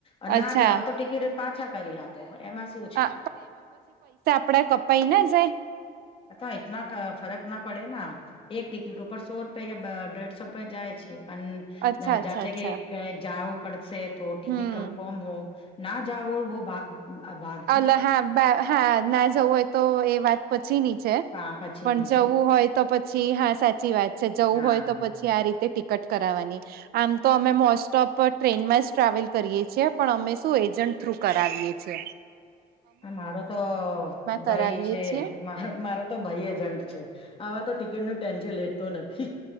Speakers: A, on the left (about 30°); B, on the right (about 65°).
A: અન ના
B: અચ્છા
A: જાઓ તો ટિકિટ પાછા કરી આપે એમાં શું છે
B: હા, પણ એ કપાઈ ન જાય
A: અથવા ઈતના ક ફરક ના પડે ના એક ટિકિટ ઉપર સો રૂપિયા યા બ દેઢસો રૂપે જાય છે પણ
B: અચ્છા અચ્છા
A: જાતે
B: અચ્છા
A: કે જાવુ પડશે તો ટિકિટ
B: હમ
A: કન્ફર્મ હો ના જાઓ વો બાત બાત
B: અલ હા હા ના જવું હોય એ વાત પછી ની છે
A: હૈ પછીની
B: પણ જવું
A: છે
B: હોય તો પછી હા સાચી વાત છે જવું
A: હા
B: હોય તો પછી આ રીતે ટિકટ કરાવાની આમ તો અમે મોસ્ટ ઓફ ટ્રેનમાં જ ટ્રાવેલ કરીએ છીએ પણ અમે શું એજન્ટ થ્રુ કરાવીએ છે
A: હ મારો તો ભાઈ
B: કરાવીએ
A: છે
B: છીએ.
A: માં હ મારો તો ભઈ એજન્ટ છે આવા તો ટિકિટનું ટેન્શન લેતો નથી